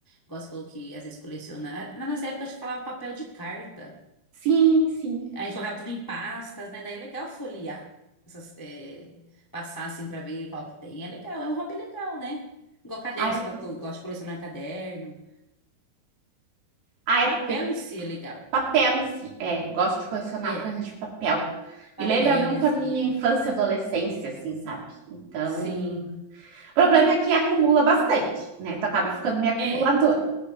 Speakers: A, on the left; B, on the right.
A: Gosto falou que às vezes coleciona. Na nossa época, acho que falava papel de carta.
B: Sim, sim.
A: A gente colocava tudo em pastas, né? Daí é legal folhear. Essas, é, passar, assim, pra ver qual que tem. É legal, é um hobby legal, né? Igual caderno,
B: Ah,
A: se
B: eu
A: for
B: gosto.
A: que eu gosto de colecionar caderno.
B: Ah, é
A: Papel
B: porque
A: em
B: tipo,
A: si é legal.
B: papel em si. É, gosto de colecionar
A: É.
B: coisas de papel.
A: Papel,
B: Me lembra muito
A: adesivo.
B: a minha infância e adolescência, assim, sabe? Então,
A: Sim.
B: o problema é que acumula bastante, né? Tu acaba ficando meio acumuladora.
A: É,